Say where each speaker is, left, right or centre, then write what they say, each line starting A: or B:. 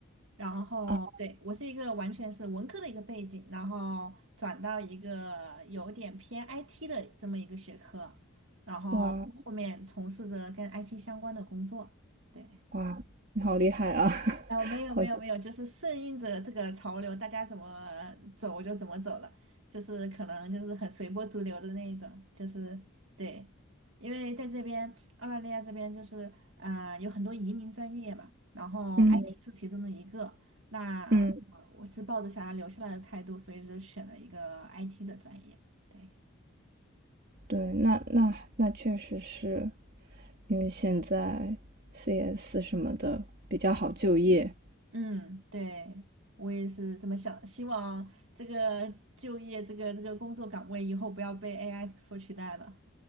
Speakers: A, on the right; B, on the right.
A: 然后对我是一个完全是文科的一个背景，
B: 啊，
A: 然后转到一个有点偏 IT 的这么一个学科，然后后面从事着跟
B: 哇
A: IT 相关的工作。对。
B: 哇，你好厉害啊！<laughs>
A: 哦，没有没有没有，
B: 好，
A: 就是顺应着这个潮流，大家怎么走就怎么走了，就是可能就是很随波逐流的那一种，就是对，因为在这边澳大利亚这边就是呃有很多移民专业嘛，然后
B: 嗯
A: IT 是其中的一个，那我我是抱着想要留下来的态度，
B: 嗯，
A: 所以就选了一个 IT 的专业，对。
B: 对，那那那确实是，因为现在 CS 什么的比较好就业。
A: 嗯，对，我也是这么想，希望这个就业这个这个工作岗位以后不要被 AI 所取代了，